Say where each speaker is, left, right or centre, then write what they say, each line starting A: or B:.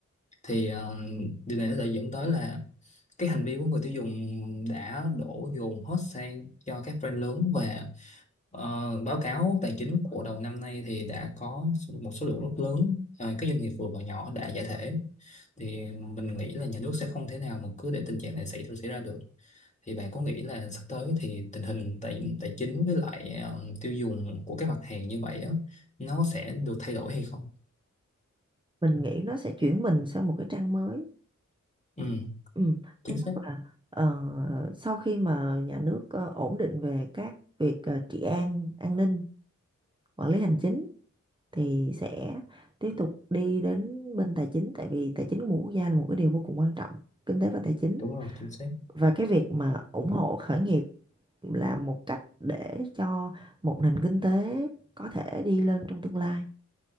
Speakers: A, on the left; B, on the right.
A: thì ờ, điều này nó sẽ dẫn tới là cái hành vi của người tiêu dùng đã đổ dồn hết sang cho các brand lớn và ờ, báo cáo tài chính của đầu năm nay thì đã có một số lượng rất lớn ờ, các doanh nghiệp vừa và nhỏ đã giải thể thì mình nghĩ là nhà nước sẽ không thể nào mà cứ để tình trạng này xảy xảy ra được thì bạn có nghĩ là sắp tới thì tình hình tài tài chính với lại ờ, tiêu dùng của các mặt hàng như vậy á nó sẽ được thay đổi hay không
B: mình nghĩ nó sẽ chuyển mình sang một cái trang mới
A: ừ
B: ừ.
A: chính
B: thứ nhất
A: xác
B: là ờ, sau khi mà nhà nước ờ, ổn định về các việc ờ, trị an an ninh quản lý hành chính thì sẽ tiếp tục đi đến bên tài chính tại vì tài chính của một quốc gia là một cái điều vô cùng quan trọng kinh tế và tài chính
A: đúng rồi chính xác
B: và cái việc mà ủng hộ khởi nghiệp là một cách để cho một nền kinh tế có thể đi lên trong tương lai